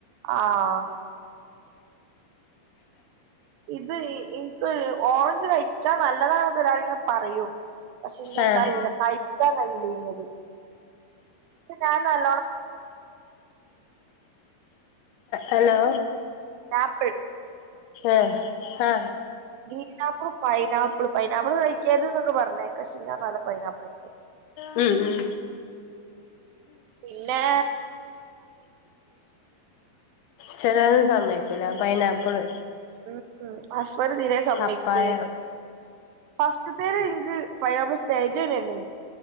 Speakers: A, on the right (about 75°); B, on the left (about 85°).
A: ആഹ് ഇത് ഇന്ക്ക് ഓറഞ്ച് കഴിച്ചാ നല്ലതാണ് ന്ന് എല്ലാരും ഇങ്ങനെ പറയും പക്ഷെ നിക്ക്
B: ആഹ്
A: എന്താ അറിയില്ല കഴിക്കാൻകഴിയില്ല ഇനിയത് ഞാന് നല്ലോണം
B: ഹലോ
A: ആപ്പിൾ
B: ഏഹ് ഹാ
A: ഗ്രീനാപ്പിൾ പൈനാപ്പിൾ പൈനാപ്പിള് കഴിക്കരുത് ന്നൊക്കെ പറഞ്ഞേക്ക പക്ഷെ ഞാന്നാലും പൈനാപ്പ്ൾ കഴിക്കും
B: മ് മ്
A: പിന്നെ
B: ചെലര് സമ്മയ്ക്കൂല പൈനാപ്പ്ള്
A: ഉം ഉം ഹസ്ബൻഡ് തിരെ സമ്മയ്ക്ക്ണേ
B: പപ്പായ
A: ഫസ്റ്റ്ത്തേൻ ഇൻക്ക് പൈനാപ്പിള് <unintelligible> നില്ലേനി